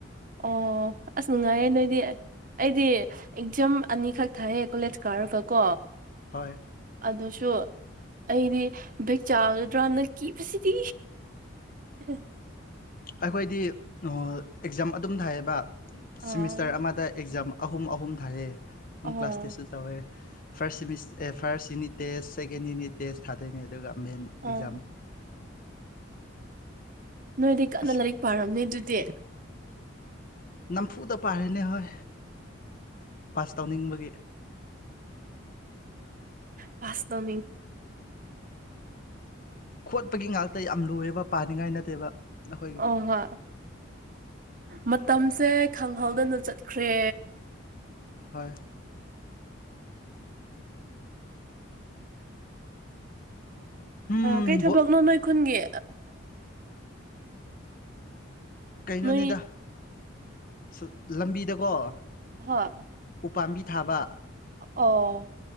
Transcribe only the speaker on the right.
ꯑꯣ ꯑꯁ ꯅꯨꯡꯉꯥꯏ ꯅꯣꯏꯗꯤ ꯑꯩꯗꯤ ꯑꯦꯛꯖꯥꯝ ꯑꯅꯤꯈꯛ ꯊꯥꯏꯌꯦ ꯀꯣꯂꯦꯖ ꯀꯥꯔꯒ ꯀꯣ
ꯑꯗꯨꯁꯨ ꯑꯩꯗꯤ ꯕꯦꯛ ꯆꯥꯒꯗ꯭ꯔꯥꯅ ꯀꯤꯕꯁꯤꯗꯤ ꯎꯝ
ꯑꯥ
ꯑꯣ
ꯑꯣ ꯅꯣꯏꯗꯤ ꯀꯟꯅ
ꯂꯥꯏꯔꯤꯛ ꯄꯥꯔꯝꯅꯦ ꯑꯗꯨꯗꯤ
ꯄꯥꯁ ꯗꯣ
ꯑꯣꯍꯣ ꯃ ꯃꯇꯝ ꯁꯦ ꯈꯪꯍꯧꯗꯅ ꯆꯠꯈ꯭ꯔꯦ
ꯀꯩ ꯊꯕꯛꯅꯣ
ꯅꯣꯏ ꯈꯨꯟꯒꯤ
ꯅꯣꯏ
ꯍꯥ <unintelligible> <inaudible>
ꯑꯣ